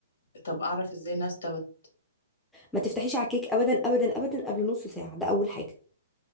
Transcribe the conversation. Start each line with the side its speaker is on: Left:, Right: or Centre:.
Left: طب اعرف ازاي انها استوت
Centre: ما تفتحيش على الكيك ابدا ابدا ابدا قبل نص ساعه ده اول حاجه